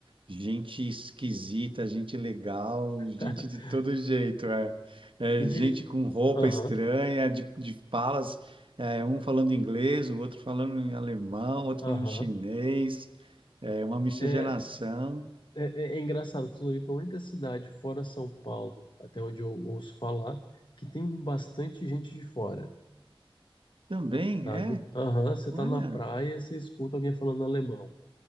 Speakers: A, on the right; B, on the left.
A: Gente esquisita, gente legal, gente
B: <laughs>
A: de todo jeito, é. É,
B: E
A: gente
B: de,
A: com roupa
B: aham,
A: estranha, de, de falas, é, um falando inglês, o outro falando em alemão, o outro
B: aham.
A: falando em chinês, é uma miscigenação.
B: É, É, é- é engraçado, Floripa é a única cidade fora São Paulo, até onde eu ouço falar, que tem bastante gente de fora,
A: Também,
B: sabe?
A: é,
B: Aham, você
A: olha,
B: tá na praia, você escuta alguém falando alemão.